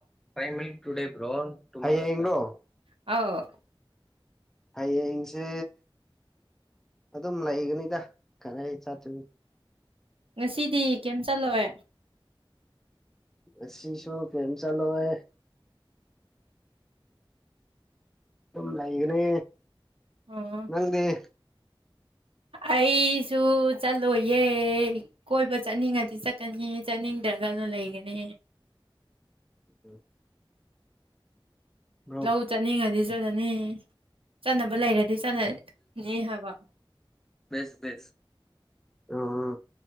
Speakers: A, in the centre; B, on the right (about 80°).
A: ꯥꯏꯨꯦ ꯭ꯔꯣ꯭ꯔꯣ
B: ꯑ
A: ꯍꯌꯦꯡꯁꯦ ꯑꯗꯨꯝ ꯂꯩꯒꯅꯤꯗ ꯀꯔ ꯆꯠꯇꯒ
B: ꯉꯁꯤꯗꯤ ꯀꯩꯝ ꯆꯠꯂꯦ
A: ꯑꯁꯤꯁꯤꯁꯨꯨ ꯐꯦꯦꯝ ꯆꯂꯦ ꯁꯝ ꯂꯩꯒꯅꯤ
B: ꯑꯣ
A: ꯅꯪꯗꯤꯦ
B: ꯑꯩꯁꯨ ꯆꯠꯂꯣꯏꯌꯦ ꯀꯣꯏꯕ ꯆꯠꯅꯤꯡꯉꯗꯤ ꯆꯠꯀꯅꯤ ꯆꯠꯅꯤꯡ ꯒꯜꯅ ꯂꯩꯒꯅꯦ
A: ꯎ ꯕ꯭ꯔꯣ
B: ꯂꯧ ꯆꯠꯅꯤꯡꯉꯗꯤ ꯆꯠꯂꯅꯤ ꯆꯠꯅꯕ ꯂꯩꯔꯗꯤ ꯆꯠꯅꯅꯤ ꯍꯥꯏꯕ
A: ꯁꯁ ꯑ